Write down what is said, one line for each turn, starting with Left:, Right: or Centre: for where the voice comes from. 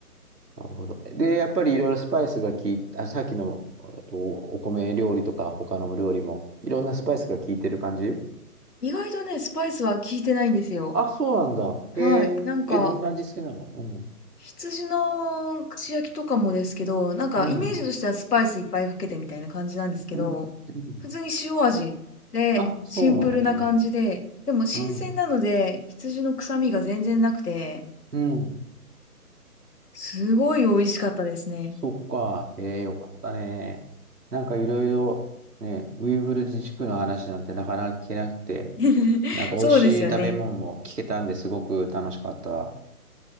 Right: なるほど。で、やっぱりいろいろスパイスが効いて、あ、さっきの、えっと、お米料理とか他の料理も、いろんなスパイスが効いてる感じ
Left: 意外とね、スパイスは効いてないんですよ。
Right: あ、そうなんだ。
Left: はい。
Right: へえ。
Left: なんか、
Right: え、どんな味付けなのうん。
Left: 羊の串焼きとかもですけど、なんかイメージとしてはスパイスいっぱいかけてみたいな感じなんですけど、
Right: うん。うん。うん
Left: 普通に塩味で、
Right: あ、そうなのね。
Left: シンプルな感じで、でも新鮮なので、
Right: うん。
Left: 羊の臭みが全然なくて、
Right: うん。
Left: すごい美味しかったですね。
Right: そっか。ええ、よかったね。なんかいろいろね、ウイグル自治区の話なんてなかなか聞けなくて、
Left: <laughs>
Right: なんか美味しい食べ物も聞けたんですごく楽しかった。
Left: そうですよね。